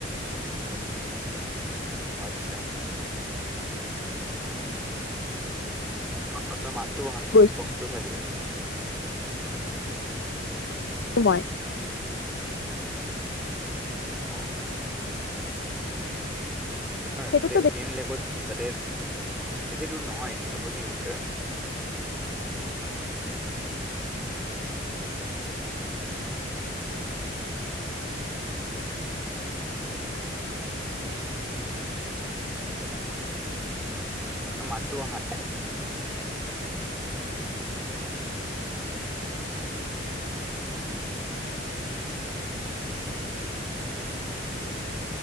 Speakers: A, in the centre; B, on the left.
A: আচ্ছা। তোমাৰ মাতটো অহা নাই
B: গৈছো
A: নেটৱৰ্কটো চাগে অলপ
B: সমোই <inaudible>
A: অহ। কাৰ
B: সেইটোতো
A: তাতে উমিয়ং লেকত তাতে বেছি দূৰ নহয় এইটো নবৈ কিলোমিটাৰ। মন্দে। এ মাততো অহা- <inaudible>